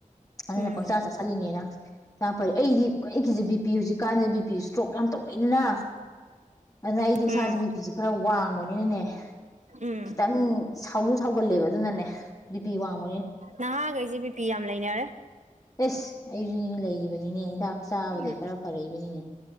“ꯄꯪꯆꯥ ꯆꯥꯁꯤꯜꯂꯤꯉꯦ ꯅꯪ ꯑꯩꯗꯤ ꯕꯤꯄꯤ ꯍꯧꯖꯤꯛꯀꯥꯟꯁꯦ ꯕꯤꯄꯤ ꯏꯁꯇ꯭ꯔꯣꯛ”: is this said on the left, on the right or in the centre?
Left